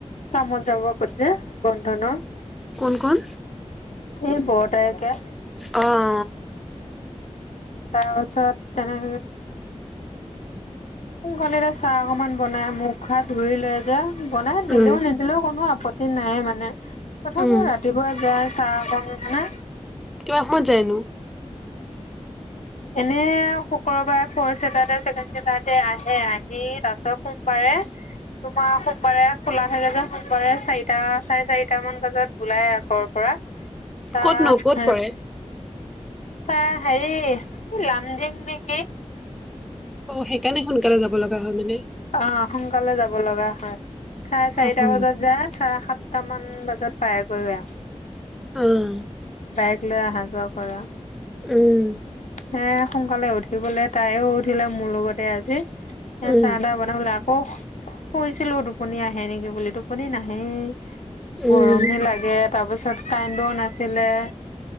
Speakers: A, on the left; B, in the centre.
A: কামত যাব ক যে বন্ধ ন।
B: কোন কোন।
A: এই বৰতাঐ কে
B: অহ।
A: তাৰপাছত তেনে। সোনকালে এতিয়া চাহ অকনমান বনাই মুখ হাত ধুই লৈ যে বনাই দিলেও
B: উম
A: নিদ দিলেও কোনো আপত্তি নাই মানে তথাপিও
B: উম
A: ৰাতিপুৱা যায় চাহঅকণ মানে
B: কিমান সময়ত যায়নো
A: এনে শুক্ৰবাৰে ফৰ চেটাৰডে ছেকেণ্ড চেডটাৰডে আহে আহি তাৰপিছত সো <inaudible> বাৰে <unintelligible> তোমাৰ সোমবাৰে খোলা থাকে যে। সোমবাৰে চাৰিটা চাৰে চাৰিটা মান বজাত ওলাই আগৰ পৰা। <unintelligible> <inaudible> তাত
B: ক'তনো ক'ত কৰে? <unintelligible>
A: তাৰ হেৰি লামডিং নে কি? <unintelligible>
B: অ! সেইকাৰণে সোনকালে যাব লগা হয় মানে। <inaudible>
A: অঁ! সোনকালে যাব লগা হয়। চাৰে চাৰিটা
B: উম উম
A: বজাত যায় চাৰে সাত <unintelligible> সাতটামান বজাত পায়গৈ আৰু। <unintelligible>
B: উম। <unintelligible>
A: বাইক লৈ অহা যোৱা কৰে। <unintelligible>
B: উম। <inaudible>
A: সেয়ে সোনকালে উঠিবলে তাইও উঠিলে মোৰ লগতে আজি। এ
B: উম
A: চাহ-টাহ বনাবলে আ <inaudible> আকৌ শুইছিলো টোপনি আহে নেকি বুলি টোপনি নাহেই। <inaudible>
B: উম
A: গৰমহে লাগে। তাৰপিছত কাৰেণ্টও নাছিলে। <inaudible>